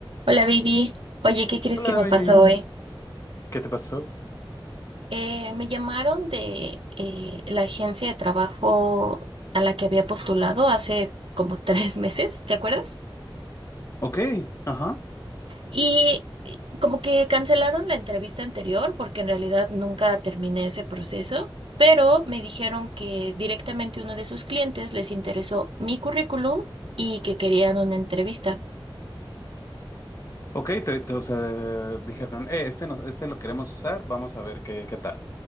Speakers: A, on the right (about 85°); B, on the left (about 35°).
A: Hola, baby. Oye, ¿qué crees
B: Hola,
A: que me
B: baby.
A: pasó hoy?
B: ¿Qué te pasó?
A: Eh, me llamaron de eh, la agencia de trabajo a la que había postulado hace como <laughs> tres meses, ¿te acuerdas?
B: Ok, ajá.
A: Y eh, como que cancelaron la entrevista anterior porque en realidad nunca terminé ese proceso, pero me dijeron que directamente uno de sus clientes les interesó mi currículum y que querían una entrevista.
B: Ok, te, te- o sea, dijeron, eh, este, no, este lo queremos usar, vamos a ver qué, qué tal.